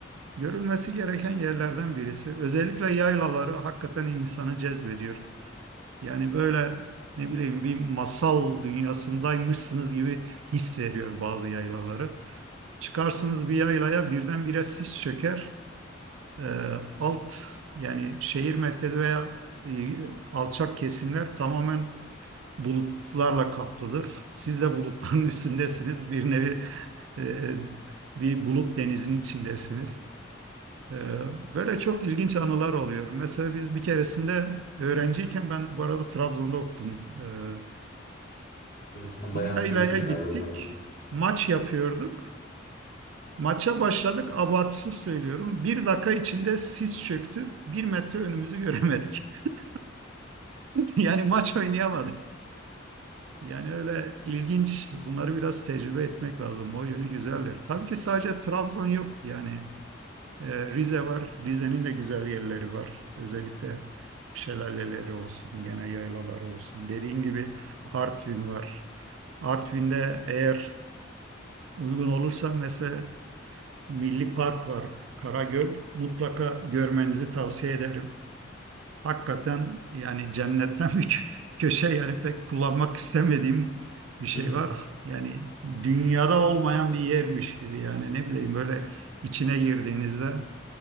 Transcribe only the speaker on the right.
Görülmesi gereken yerlerden birisi. Özellikle yaylaları hakikaten insanı cezbediyor. Yani böyle ne bileyim bir masal dünyasındaymışsınız gibi his veriyor bazı yaylaları. Çıkarsınız bir yaylaya birdenbire sis çöker. Ee, alt yani şehir merkezi veya e, alçak kesimler tamamen bulutlarla kaplıdır. Siz de bulutların <laughs> üstündesiniz. Bir nevi e, bir bulut denizinin içindesiniz. Ee, Böyle çok ilginç anılar oluyor. Mesela biz bir keresinde öğrenciyken ben bu arada Trabzon'da okudum. Ee,
Bir
yaylaya gittik.
Maç yapıyorduk. Maça başladık. Abartısız söylüyorum. Bir dakika içinde sis çöktü. Bir metre önümüzü göremedik. <laughs> Yani maç oynayamadık. Yani öyle ilginç. Bunları biraz tecrübe etmek lazım. O yönü güzeller. Tabii ki sadece Trabzon yok. Yani Ee, Rize var. Rize'nin de güzel yerleri var. Özellikle şelaleleri olsun, gene yaylaları olsun. Dediğim gibi Artvin var. Artvin'de eğer uygun olursa mesela Milli Park var, Karagöl. Mutlaka görmenizi tavsiye ederim. Hakikaten yani cennetten <laughs> bir köşe yani pek kullanmak istemediğim bir şey
var. Yani dünyada olmayan bir yermiş gibi yani ne bileyim böyle içine girdiğinizde